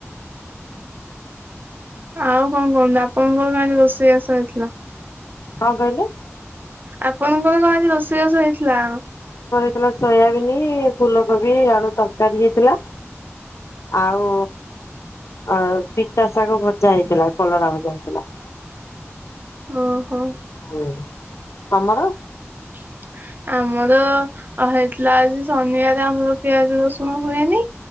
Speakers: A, on the right (about 40°); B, on the left (about 75°).
A: ଆଉ କଣ କହନ୍ତୁ, ଆପଣଙ୍କ ଘରେ କଣ ରୋଷେଇ ଆସ ହେଇଥିଲା?
B: କଣ କହିଲେ?
A: ଆପଣଙ୍କର କଣ ଆଜି ରୋଷେଇବାସ ହେଇଥିଲା?
B: ଥିଲା ସୋୟାବିନ୍ ଫୁଲକୋବି ଆଳୁ ତରକାରୀ ହେଇଥିଲା। ଆଉ ଅ ପିତା ଶାଗ ଭଜା ହେଇଥିଲା କଲରା ଭଜା ହେଇଥିଲା। <inaudible>
A: ଓ ହୋ।
B: ହଁ ତମର?
A: <inaudible> ଆମର ହେଇଥିଲା ଆଜି ଶନିବାରେ ଆମର ପିଆଜ ରସୁଣ ହୁଏନି